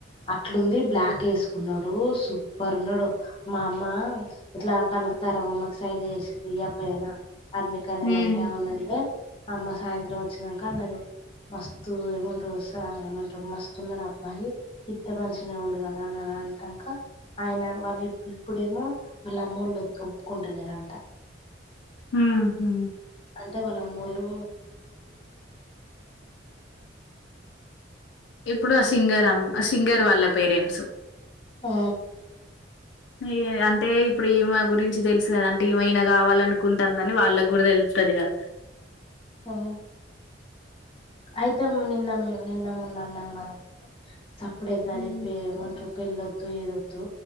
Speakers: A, on the left (about 30°); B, on the left (about 75°).
A: అట్లుంది బ్లాక్ ఏసుకున్నడు సూపర్ ఉన్నాడు మా అమ్మ ఇట్లా కనుకుతారఉమ్మకి సైగ జేసింది ఈ అబ్బాయినా అర్నిక అనేదంటే
B: హ్మ్
A: అవునంటే అమ్మ సాయంత్రం వచ్చినక అన్నది మస్తు ఏమంట్రూ స ఏమంట్రూ మస్తు ఉన్నాడు అబ్బాయి ఇత్తే మంచినె ఉండు గదా అని అంటాక ఆయిన వాళ్ళు ఇప్ ఇప్పుడే ఏమో వాళ్ళ అమ్మోళ్ళు ఒప్పుకుంటలేరంట
B: ఊహ్మ్
A: అంటే వాళ్ళ అమ్మోలు
B: ఇప్పుడు ఆ సింగర్ అమ్ ఆ సింగర్ వాళ్ళ పేరెంట్స్
A: ఆ
B: ఏ అంటే ఇ ఇప్పుడు ఈమె గురించి తెలుసు గదా అంటే ఈమే ఈనా గావాలనుకుంటుందని వాళ్ళ గూడా తెలుతదిగా
A: పఆ అయితే నిన్న మే నిన్న మొన్న అన్నాం గదా సప్పుడెకా
B: హ్మ్
A: రేపమంట్రూ పెళ్ళొద్దు ఏదొద్దు